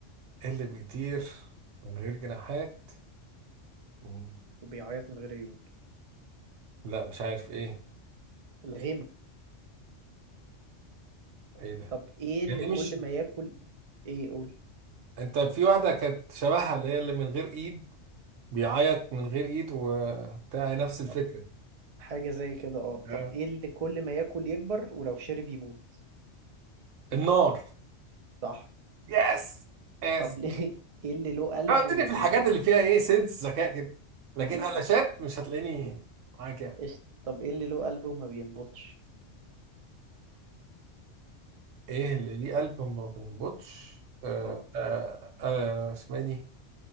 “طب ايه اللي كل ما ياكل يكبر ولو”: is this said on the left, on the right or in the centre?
Right